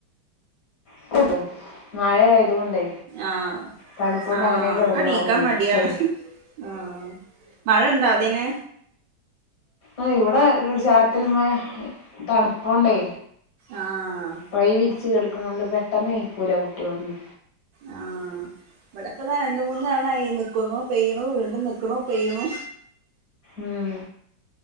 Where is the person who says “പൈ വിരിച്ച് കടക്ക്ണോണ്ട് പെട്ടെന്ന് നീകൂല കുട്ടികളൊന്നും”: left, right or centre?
Left